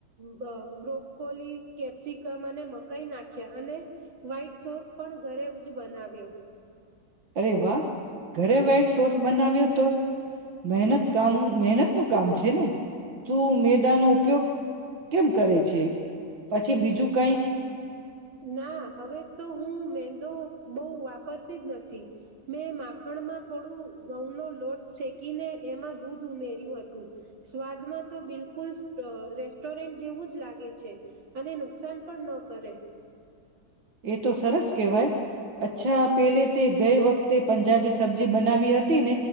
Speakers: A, on the right; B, on the right.
A: બ બ્રોકોલી કેપ્સિકમ અને મકાઈ નાખ્યા અને વ્હાઈટ સોસ પણ ઘરે જ બનાવ્યો
B: અરે વાહ. ઘરે વ્હાઈટ સોસ બનાવ્યો કે મહેનત કામ મહેનત નું કામ છે, ને તું મેદાનો ઉપયોગ કેમ કરે છે, પછી બીજું કઈક
A: ના હવે તો હું મેંદો બોઉ વાપરતી જ નથી. મેં માખણમાં થોડું ઘઉં નો લોટ શેકીને એમાં દૂધ ઉમેર્યું હતું સ્વાદમાં તો બિલકુલ રેસ્ટોરન્ટ જેવું જ લાગે છે, અને નુકસાન પણ ન કરે.
B: એ તો સરસ કહેવાય અચ્છા પેલે તે ગયે વખ તે પંજબી સબ્જી બનાવી